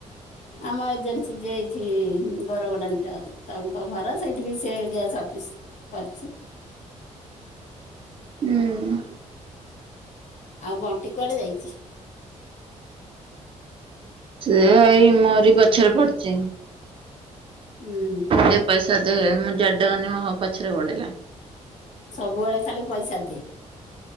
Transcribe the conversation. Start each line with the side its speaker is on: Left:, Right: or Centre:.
Left: ଆମ ଏଜେନ୍ସି ଯେ ଏଇଠି ବରଗଡ଼ା ତାଙ୍କ ଘର ସେଇଠି ବି ସେ ଗ୍ୟାସ୍ ଅଫିସ୍ କରିଚି।
Right: ହୁଁ
Left: ଆଉ ବଣ୍ଟି କୁଆଡେ ଯାଇଚି।
Right: ସେ ଏଇ ମୋରି ପଛରେ ପଡ଼ିଚି।
Left: ହୁଁ
Right: ଦେ ପଇସା ଦେ ମୁଁ ଜ୍ୱାଡ଼େ ଗନି ମୋ ପଛରେ ଗୋଡ଼େଇଲା।
Left: ସବୁବେଳେ ଖାଲି ପଇସା ଦେ।